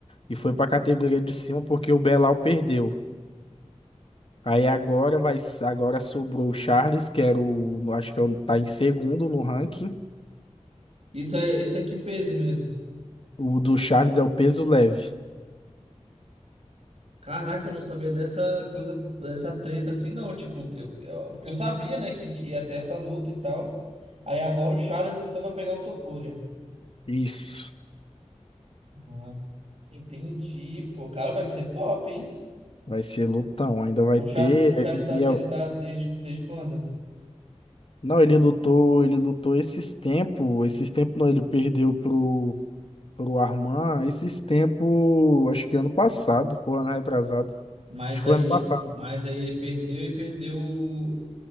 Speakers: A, on the left; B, on the right.
A: e foi para a categoria de cima porque o Belal perdeu. Aí agora vai, agora sobrou o Charles, que era o, acho que é o- tá em segundo no ranking.
B: Isso é, isso é que peso mesmo?
A: O do Charles é o peso leve.
B: Caraca, eu não sabia dessa coisa, dessa treta assim, não. Tipo, que eu- eu- porque eu sabia, né, que ia ter essa luta e tal. Aí agora o Charles então vai pegar o Topuria.
A: Isso.
B: Uhum. Entendi, pô, cara, vai ser top, hein?
A: Vai ser lutão, ainda vai
B: O
A: ter.
B: Charles, o Charles tá
A: E
B: sendo
A: é-
B: tá desde, desde quando?
A: não, ele lutou, ele lutou esses tempos, esses tempos não, ele perdeu pro pro Arman, esses tempos, acho que ano passado, ou ano retrasado.
B: Mas
A: Acho que foi
B: aí
A: ano
B: ele,
A: passado.
B: mas aí ele perdeu e perdeu o,